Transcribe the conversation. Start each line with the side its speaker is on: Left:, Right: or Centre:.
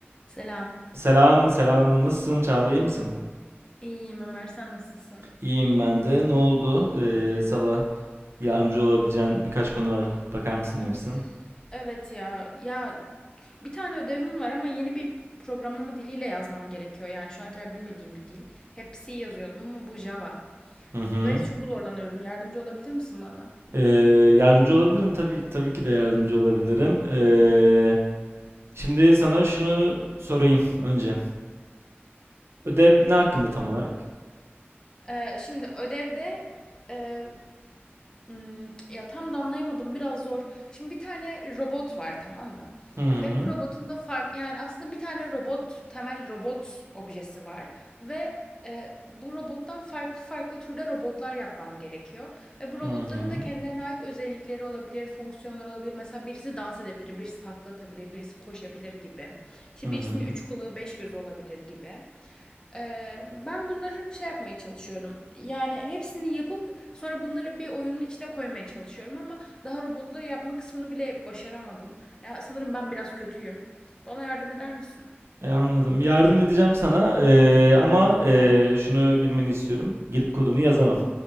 Left: Selam.
Right: Selam selam nasılsın Çağla iyi misin?
Left: İyiyim Ömer, sen nasılsın?
Right: İyiyim ben de. Ne oldu? Ee, sabah yardımcı olabileceğin birkaç konu var. Bakar mısın demişsin.
Left: Of, evet ya. Ya bir tane ödevim var ama yeni bir programlama diliyle yazmam gerekiyor. Yani şu ana kadar bilmediğim bir dil. Hep C yazıyordum ama bu Java.
Right: Hı hı.
Left: Ve çok zorlanıyorum. Yardımcı olabilir misin bana?
Right: Ee, yardımcı olabilirim tabii tabii ki de yardımcı olabilirim. Ee, şimdi sana şunu sorayım önce. Ödev ne hakkında tam olarak?
Left: Ee, şimdi ödevde e, Imm, ya, tam da anlayamadım, biraz zor. Şimdi bir tane robot var, tamam mı?
Right: Hı hı.
Left: Ve bu robotun da fark yani, aslında bir tane robot, temel robot objesi var ve, eee, bu robottan farklı farklı türde robotlar yapmam gerekiyor ve bu
Right: Hı
Left: robotların
Right: hı.
Left: da kendilerine ait özellikleri olabilir, fonksiyonları olabilir. Mesela birisi dans edebilir, birisi takla atabilir, birisi koşabilir gibi. İşte
Right: Hı
Left: birisinin
Right: hı.
Left: 3 kulağı, 5 gözü olabilir gibi. Eee, ben bunları şey yapmaya çalışıyorum. Yani hepsini yapıp sonra bunları bir oyunun içine koymaya çalışıyorum ama daha robotları yapma kısmını bile başaramadım. Ya sanırım ben biraz kötüyüm. Bana yardım eder misin?
Right: E, anladım. Yardım edeceğim sana ee, ama ee, şunu bilmeni istiyorum. Gelip kodunu yazamam.